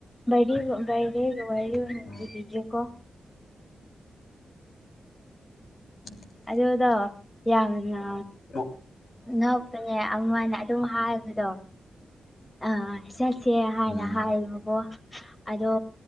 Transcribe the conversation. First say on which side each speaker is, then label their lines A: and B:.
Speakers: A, on the left; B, on the left.
A: ꯕꯔꯠꯗꯦꯒ ꯕꯔꯠꯗꯦꯒꯤ ꯋꯥꯔꯤ ꯑꯣꯏꯅ
B: ꯑꯣ
A: ꯂꯤꯕꯤꯒꯦ ꯀꯣ
B: <unintelligible>
A: ꯑꯗꯨꯗꯣ ꯌꯥꯝꯅ
B: ꯎꯝ ꯑꯣ
A: ꯅꯞ ꯗꯨꯅꯦ ꯑꯃꯥꯅ ꯑꯗꯨꯝ ꯍꯥꯏꯕꯗꯣ ꯑꯥ ꯆꯠ ꯁꯦ ꯍꯥꯏꯅ
B: ꯎꯝ
A: ꯍꯥꯏꯌꯦꯕꯀꯣ ꯑꯗꯣ